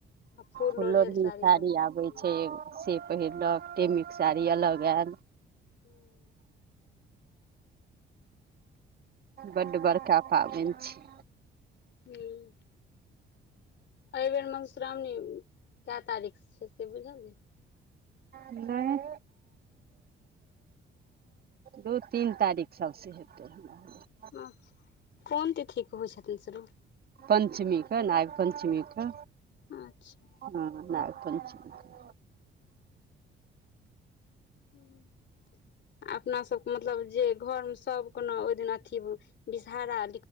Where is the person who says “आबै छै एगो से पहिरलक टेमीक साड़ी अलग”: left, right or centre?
Right